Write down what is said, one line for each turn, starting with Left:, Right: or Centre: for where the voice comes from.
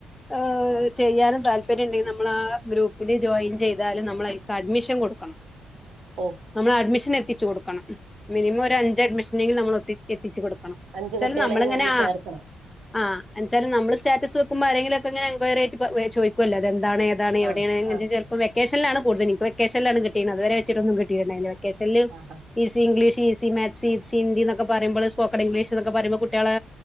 Left: ഹ് ചെയ്യാനും താല്പര്യം ഉണ്ടെങ്കിൽ നമ്മള് ആ ഗ്രൂപ്പില് ജോയിൻ ചെയ്താലും നമ്മൾ ആയിക്ക് അഡ്മിഷൻ കൊടുക്കണം
Right: ഓഹ്
Left: ന്നമ്മൾ അഡ്മിഷ്ൻ എത്തിച്ച് കൊട്ക്കണം മിനിമം ഒരഞ്ച് അഡ്മിഷനെങ്കിലും നമ്മൾ എത്തി എത്തിച്ച് കൊട്ക്കണം
Right: അഞ്ച്
Left: <unintelligible>
Right: കുട്ടികളെങ്കിലും
Left: ചെല് നമ്മ്ള്ങ്ങനാ
Right: നമ്മള് ചേർക്കണം.
Left: ആഹ് എന്ന്ച്ചാല് നമ്മള് സ്റ്റാറ്റസ് വെക്കുമ്പോ ആരെങ്കിലൊക്കങ്ങനെ എൻഗൊയറി ആയ്ട്ട് ചോയ്ക്കൊല്ലോ ഇതെന്താണ് അതാണ് എവിടേണ്
Right: ആഹ് ആഹ്
Left: എന്ന് ചെലപ്പം വെക്കേഷൻല്ലാണ് കൂടുതൽ ന്ക്ക് വെക്കേഷന് ലാണ്കിട്ടീണ്ത് ഇത് വെരെ വെച്ചിട്ടൊന്നും കിട്ടീണ് ണ്ടായിന്ന്ല്ല വെക്കേഷൻൽ
Right: ആഹാ
Left: ഈ സിഇഗ്ലീഷ് ഈസി മേത്സ് ഈസി ഹിന്ദി ന്നൊക്കെ പറിമ്പൾ സ്പോക്കണിഗ്ലീഷ് തൊക്കെ പറിമ്പൊ കുട്ട്യാളെ